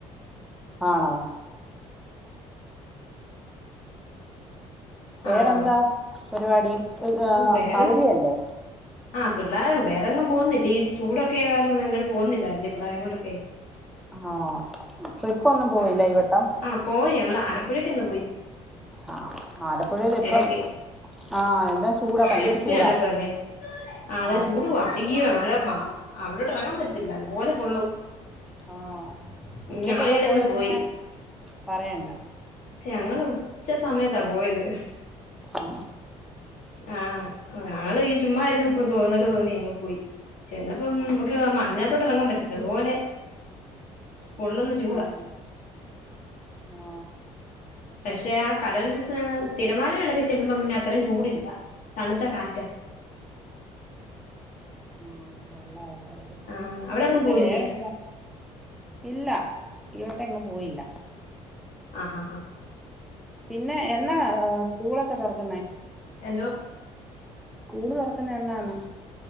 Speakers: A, in the centre; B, on the left.
A: ആണോ വേറെന്താ
B: ആഹ്
A: പരിപാടി ഇതാ
B: വേറെ
A: അവധിയല്ലേ
B: ആഹ് പിള്ളേര് വേറെങ്ങും പോവുന്നില്ല ഈ ചൂടൊക്കെയായ കാരണം എങ്ങട് പോവുന്നില്ലാരുന്നേ പിള്ളേരേ ങ്ങണ്ടോക്കെ
A: ആണോ ട്രിപ്പൊന്നും പോയില്ല
B: ആഹ്
A: ഈ വട്ടം
B: ആഹ് പോയി ഞങ്ങള് ആലപ്പുഴേക്കൊന്ന് പോയി
A: ആഹ് ആലപ്പുഴേലിപ്പം
B: എടക്ക്
A: ആഹ് എന്താ ചൂടാ ഭയങ്കര
B: ഫെസ്റ്റ്
A: ചൂടാ
B: നടക്കുവല്ലേ ആഹ് അതെ
A: ആ
B: ചൂടുവാ
A: സത്യം.
B: ഈയൊ അവിടോട്ട് എറങ്ങാൻ പറ്റത്തില്ല അതുപോലെ പൊള്ളും
A: ആഹ് ഉച്ചക്കൊക്കെ
B: ഞങ്ങളിടെന്ന്
A: പോയാ
B: പോയി
A: പിന്നെ പറയണ്ട
B: പക്ഷേ ഞങ്ങള് ഉച്ച സമയത്താ പോയത്
A: ആ
B: ആഹ് ഞങ്ങള് ഈ ചുമ്മ ഇരുന്നപ്പം തോന്നല് തോന്നി അങ്ങ് പോയി ചെന്നപ്പം
A: ആ
B: നമുക്ക് മണഞ്ഞാത്തോട്ട് എറങ്ങാൻ പറ്റത്തില്ല അതുപോലെ പൊള്ളുന്ന ചൂ
A: വാങ്ങണോ വാ
B: പക്ഷെ ആ കടൽ <unintelligible> തിരമാല ഇടക്കെ ചെല്ലുമ്പോ പിന്നെ അത്രേം ചൂടില്ല ത്ത കാറ്റാ
A: ആഹ് കൊള്ളാം ഏതായാലും
B: ആഹ് അവിടെങ്ങും
A: പിന്നെ
B: പോയില്ലേ
A: വേറെന്താ ഇല്ല ഇവട്ടം എങ്ങും പോയില്ല
B: ആഹ് ഹാ ഹാ
A: പിന്നെ എന്നാ സ്കൂളൊക്കെ തൊറക്കുന്നേ
B: എന്തോ
A: സ്കൂള് തൊറക്കുന്ന എന്നാന്ന്